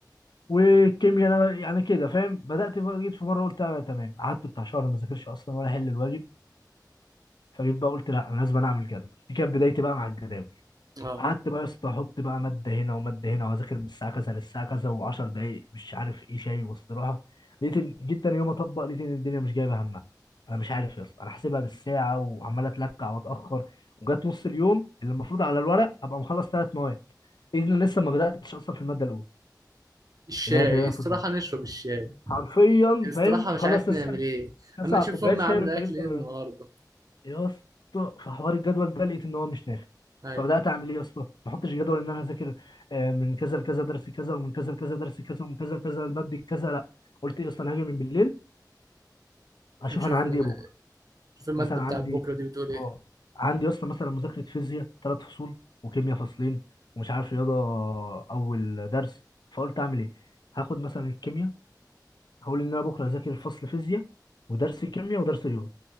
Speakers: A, on the left; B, on the right.
A: والكيمياء انا يعني كده فاهم بدات بقى جيت في مره قلت انا تمام قعدت بتاع شهر ما ذاكرش اصلا ولا احل الواجب فجيت بقى قلت لا انا لازم أنا اعمل جدول دي كانت بدايتي بقى مع الجداول
B: اه
A: قعدت بقى يا اسطى احط بقى ماده هنا وماده هنا وهذاكر من الساعه كذا للساعه كذا و10 دقائق مش عارف ايه شاي واستراحه لقيت إن- جيت تاني يوم اطبق لقيت ان الدنيا مش جايبه همها انا مش عارف يا اسطى انا حاسبها بالساعه وعمال اتلكع واتاخر وجات نص اليوم اللي المفروض على الورق ابقى مخلص ثلاث مواد اذن لسه ما بداتش اصلا في الماده الاولى
B: الشاي
A: اللي انا كده المفروض
B: استراحه نشرب الشاي
A: حرفيا
B: استراحه
A: فاهم تخلص
B: مش عارف
A: لسه
B: نعمل ايه
A: تسع
B: اما نشوف
A: كوبايات
B: امي
A: شاي
B: عامله
A: وانت
B: اكل
A: لسه
B: ايه النهارده
A: يا اسطى في حوار الجدول ده لقيت ان هو مش نافع
B: ايوه
A: فبدات اعمل ايه يا اسطى ما احطش جدول ان انا هذاكر آه، من كذا لكذا درس كذا ومن كذا لكذا درس كذا ومن كذا لكذا الماده كذا لا قلت ايه يا اسطى انا هاجي من بالليل اشوف
B: نشوف
A: انا عندي
B: إيه.
A: ايه بكره
B: نشوف الماده
A: مثلا
B: بتاعت
A: عندي
B: بكره دي بتقول ايه
A: اه عندي يا اسطى مثلا مذاكره فيزياء ثلاث فصول وكيمياء فصلين ومش عارف رياضه اول درس فقلت اعمل ايه هاخد مثلا الكيمياء هقول ان انا بكره هذاكر فصل فيزياء ودرس كيمياء ودرس رياضه